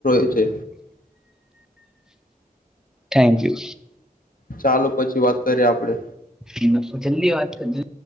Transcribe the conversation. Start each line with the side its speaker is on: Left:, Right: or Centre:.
Left: <unintelligible> છે
Centre: થેન્ક યુ
Left: ચાલો પછી વાત કરીએ આપડે
Centre: હ જલ્દી વાત કરજો